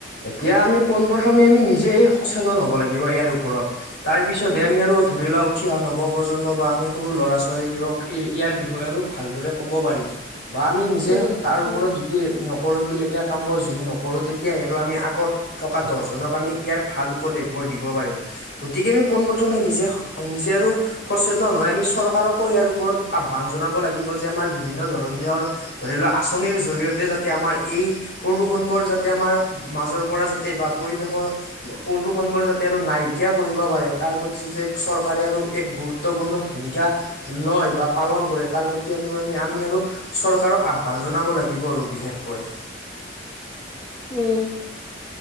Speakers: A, on the left; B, on the left.
A: এতিয়া আমি পোনপ্ৰথমে আমি নিজেই সচেতন হ'ব লাগিব ইয়াৰ ওপৰত। তাৰপিছতে
B: উম
A: আমি আৰু ধৰি লোৱা উঠি অহ নৱপ্ৰজন্ম বা আমি সৰু ল'ৰা ছোৱালীবোৰক এই ইয়াৰ বিষয়ে আৰু ভালদৰে ক'ব পাৰিম। বা আমি নিজে
B: উম
A: তাৰ ওপৰত
B: উম
A: যদি নকৰিবলগীয়া কাম বোৰ যদি নকৰো তেতিয়াহে আমি আগত থকা দহজনক আমি ইয়াৰ ভাল উপদেশবোৰ দিব পাৰিম। গতিকে আমি
B: উম
A: পোনপ্ৰথমে নিজে নিজে আৰু সচেতন হৈ আমি চৰকাৰকো ইয়াৰ ওপৰত আহ্বান জনাব লাগিব যে আমাৰ বিভিন্ন ধৰণৰ ধৰি লোৱা আঁচনিৰ জৰিয়তে যাতে আমাৰ এই প্ৰদূষণবোৰ যাতে আমাৰ মাজৰ পৰা যাতে বা পৰিৱেশৰ প্ৰদূষণ বোৰ যাতে আৰু নাইকিয়া কৰিব পাৰে তাৰ প্ৰতি যাতে চৰকাৰে আৰু এক গুৰুত্বপূৰ্ণ ভূমিকা লয় বা পালন কৰে তাৰ প্ৰতি আমি আমি আৰু চৰকাৰক আহ্বান জনাব লাগিব আৰু বিশেষকৈ।
B: উম।